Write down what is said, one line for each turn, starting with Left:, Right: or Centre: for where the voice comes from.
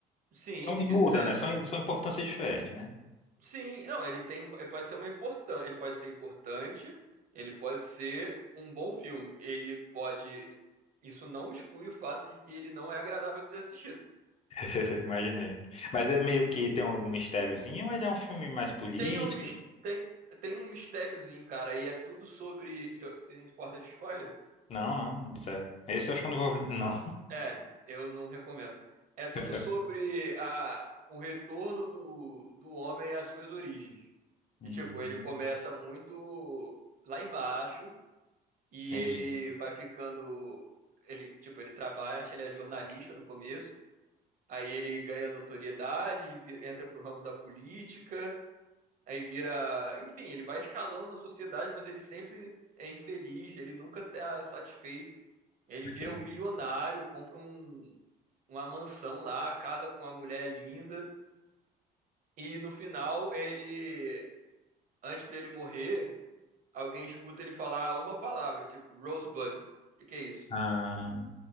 Right: Sim,
Left: Então
Right: isso,
Left: muda,
Right: é,
Left: né? São, são importâncias diferentes, né?
Right: Sim, não, ele tem, ele pode ser uma importante, ele pode ser importante, ele pode ser um bom filme, ele pode, isso não exclui o fato de que ele não é agradável de ser assistido.
Left: <laughs> Imaginei. Mas é meio que tem algum mistériozinho, ou ele é um filme mais político?
Right: Tem um, mis- tem, tem um mistériozinho, cara, e é tudo sobre, se se importa de spoiler?
Left: Não, não, zero. Esse eu acho que eu não vou ver,
Right: <clears throat>
Left: não.
Right: É, eu não recomendo. É tudo
Left: <laughs>
Right: sobre a, o retorno do, do homem às suas origens.
Left: Hum,
Right: E, tipo, ele começa muito lá embaixo, e
Left: entendi.
Right: ele vai ficando. Ele, tipo, ele trabalha, acho que ele é jornalista no começo. Aí ele ganha notoriedade, vi- entra pro ramo da política, aí vira. Enfim, ele vai escalando na sociedade, mas ele sempre é infeliz, ele nunca tá satisfeito. Ele
Left: Ok.
Right: vira um milionário, compra um, uma mansão lá, casa com uma mulher linda. E no final, ele. Antes dele morrer, alguém escuta ele falar uma palavra, tipo, Rosebud. O que que é isso?
Left: Ah,